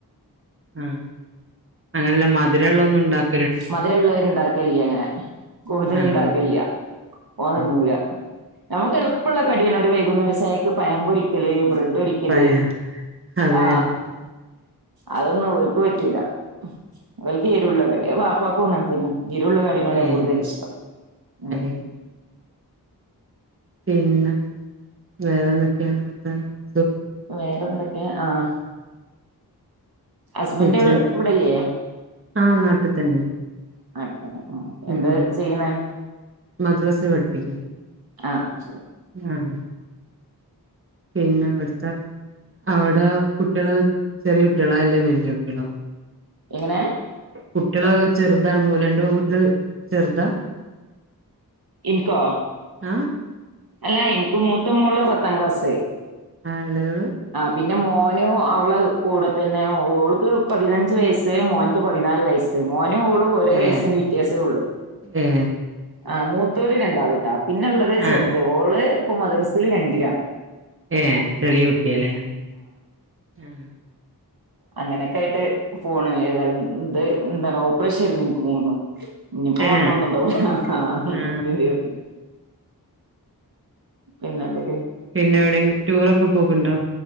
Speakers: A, on the right (about 35°); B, on the right (about 65°).
A: ആ അങ്ങനെല്ല മധ് ധുരമുള്ളതൊന്നുണ്ടാക്ക്
B: മധുരുള്ളത്ണ്ടാക്കലില്ല അങ്ങനെ കൂടുതൽ
A: ആഹ്
B: ഇണ്ടാക്കലില്ല്യ ഓൻതിന്നൂല്ല.
A: ഏഹ്
B: നമുക്ക് എളുപ്പുള്ള കടിയണ് ഒരു വൈകുന്നേരം ചയക്ക് പയം പൊരിക്കല് ബ്രഡ് ഒരിക്കല്
A: പഴ അതെ
B: ആ
A: അതെ
B: അതൊന്നും ഒരുക്ക് പറ്റുല വൽക്കി ള്ളത് എ വാപ്പാക്കു അങ്ങനെ തന്നെ നീരുള്ള കടിനോട
A: ഏഹ്
B: കൂടുതൽ ഇഷ്ടം ഉം
A: ഏഹ് പിന്നെ വേറെന്ന <unintelligible>
B: വേറെന്തൊ ക്കെ ആഹ് ഹസ്ബൻഡ്
A: <unintelligible>
B: ഇവിടെല്ലേ
A: ആഹ് നാട്ടിൽ തന്നെ
B: <unintelligible>
A: ഉം
B: എന്ത് ചെയ്യണേ
A: മദ്രാസ പഠിപ്പിക്കും
B: ആഹ് ശ
A: ആഹ് പിന്നെ അവിട്ത്തെ അവിടെ കുട്ട്യാള് ചെറിയ കുട്ട്യാളാ അല്ലേ വല്ല്യ കുട്ട്യാളോ
B: എങ്ങനെ
A: കുട്ട്യാള് അ ചെറുതാ രണ്ടു പെൺകുട്ട്യാള് ചെറുതാ.
B: ഇൻകോ
A: ആ
B: അല്ല എനിക്ക് മൂത്ത മോള് പത്താം ക്ലാസ്‌
A: ആഹ് ഇളയോൾ
B: പിന്നെ മോനും അവള കൂടെ തന്നെ ഓൾക്ക് പതിനഞ്ച് വയസ് മോൻക്ക് പതിനാല് വയസ് മോൻ നോ ഓളും ഓരേ
A: ഏ
B: വയസ്സിന്റെ വ്യത്യാസേള്ളു
A: ഏ
B: ആ മൂത്തോര് രണ്ടാളുട്ടോ പിന്നൊള്ളത്
A: ആ
B: ചെറുത് ഓള് ഇപ്പൊ മദ്രസിയില് രണ്ടില
A: എ ചെറിയ കുട്ടിയാല്ലേ ആ
B: അങ്ങനക്കായിട്ട് പോണ് ഏതാലും ന്തേ എന്താണാവോ <unintelligible> ഇനിയിപ്പോ
A: ഏ
B: മക്കളൊന്നും ഉണ്ടാവില്ല അ അ
A: ആ
B: അ <unintelligible> പിന്നെന്ത്
A: പിന്നെവിടെങ്കിലും ടൂറൊക്കെ പോകണ്ടോ